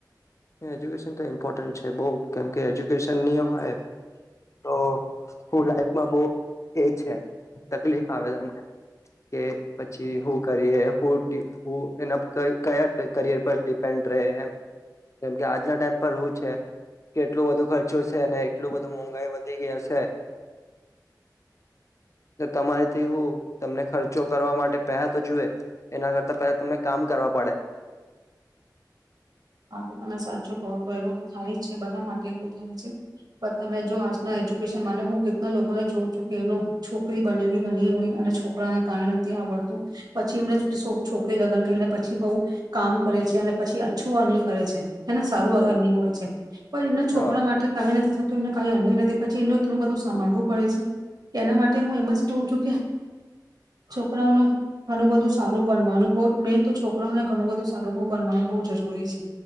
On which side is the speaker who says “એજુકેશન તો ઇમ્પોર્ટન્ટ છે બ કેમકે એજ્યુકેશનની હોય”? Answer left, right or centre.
Left